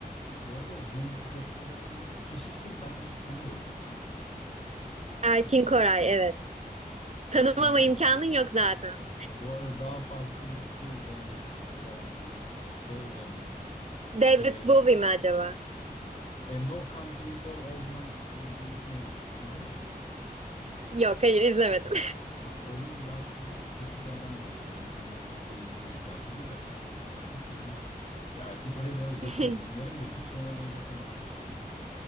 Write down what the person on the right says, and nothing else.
Erkin Koray evet. Tanımama
imkanın yok zaten.
David
Bowie mi acaba?
Yok hayır izlemedim.
<laughs>